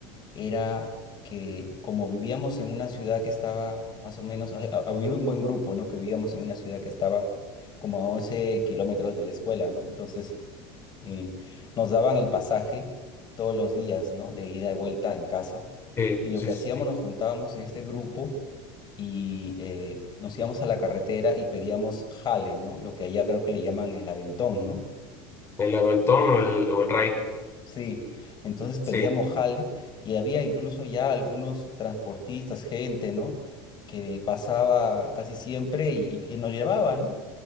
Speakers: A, on the left; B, on the left.
A: Era que como vivíamos en una ciudad que estaba más o menos, ha- ha- había un buen grupo, ¿no? Que vivíamos en una ciudad que estaba como a 11 kilómetros de la escuela, ¿no? Entonces Y nos daban el pasaje todos los días, ¿no? De ida y vuelta en casa.
B: Sí,
A: Y lo
B: sí,
A: que
B: sí.
A: hacíamos,
B: sí.
A: nos juntábamos en este grupo y eh, nos íbamos a la carretera y pedíamos jale, ¿no? Lo que allá creo que le llaman el aventón, ¿no?
B: El aventón o el, o el ride.
A: Sí, entonces pedíamos
B: Sí,
A: jale y había incluso ya algunos transportistas, gente, ¿no? Que pasaba casi siempre y, y que nos llevaba, ¿no?